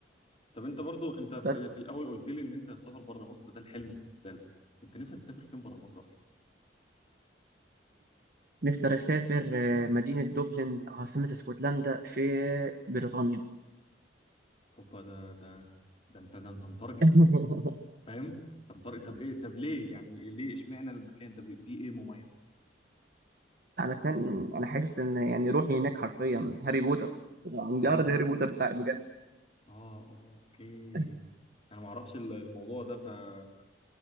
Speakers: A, on the left; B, on the right.
A: طب انت برضو انت في,
B: بس
A: في الاول قلت لي ان انت سفر بره مصر ده الحلم بالنسبه لك انت نفسك تسافر فين بره مصر اصلا
B: نفسي اسافر آه، مدينه دوبلن عاصمه اسكتلندا في بريطانيا
A: اوبا ده ده ده انت ده انت متارجت
B: <laughs>
A: فاهم انت متارجت طب ايه طب ليه يعني ليه اشمعنى المكان ده بي- فيه ايه مميز
B: انا سنان انا حاسس ان يعني روحي هناك حرفيا هاري بوتر يعني مجرد
A: اه
B: هاري بوتر بتاع بجد
A: اه اه اوكي
B: <laughs>
A: انا ما اعرفش ال- الموضوع ده فغريب